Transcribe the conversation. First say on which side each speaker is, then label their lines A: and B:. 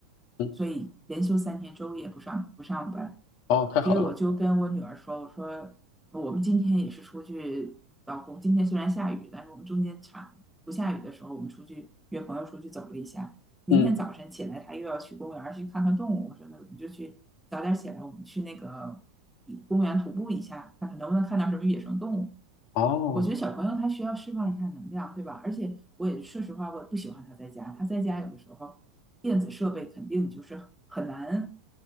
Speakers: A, on the left (about 55°); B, in the centre.
A: 嗯，
B: 所以连休三天，周五也不上不上班。
A: 哦，太好了，
B: 所以我就跟我女儿说，我说我们今天也是出去，老公今天虽然下雨，但是我们中间差不下雨的时候，我们出去约朋友出去走了一下。明天早晨起来，
A: 嗯，
B: 他又要去公园儿去看看动物。我说那我们就去早点起来，我们去那个公园徒步一下，看看能不能看到什么野生动物。
A: 哦，
B: 我觉得小朋友他需要释放一下能量，对吧？而且我也说实话，我也不喜欢他在家。他在家有的时候电子设备肯定就是很难